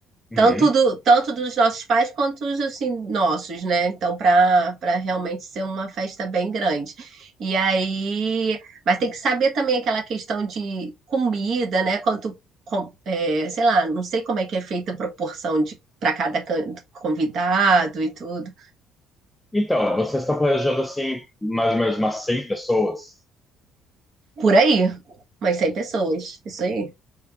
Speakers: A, in the centre; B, on the right.
A: Uhum.
B: Tanto do, tanto dos nossos pais quanto os assim, nossos, né? Então, para para realmente ser uma festa bem grande. E aí, mas tem que saber também aquela questão de comida, né? Quanto, com- é, sei lá, não sei como é que é feita a proporção de para cada can- convidado e tudo.
A: Então, vocês estão planejando assim, mais ou menos umas 100 pessoas?
B: Por aí, umas 100 pessoas, isso aí.